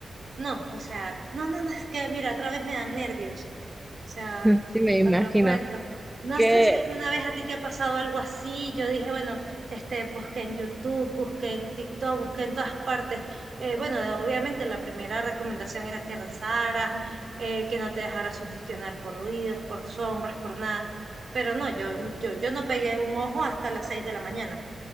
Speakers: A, on the right; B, in the centre.
A: no, o sea, no, no, no, es que mira, otra vez me dan nervios. O sea,
B: Sí, me imagino.
A: cuando lo cuento. No
B: que
A: sé si alguna vez a ti te ha pasado algo así. Yo dije, bueno, este, busqué en YouTube, busqué en TikTok, busqué en todas partes. Eh, bueno, obviamente la primera recomendación era que rezaras, eh, que no te dejaras sugestionar por ruidos, por sombras, por nada. Pero no, yo, yo, yo no pegué un ojo hasta las seis de la mañana.